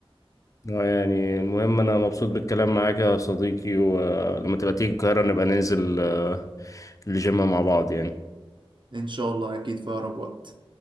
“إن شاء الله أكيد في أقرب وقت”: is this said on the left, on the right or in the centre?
Right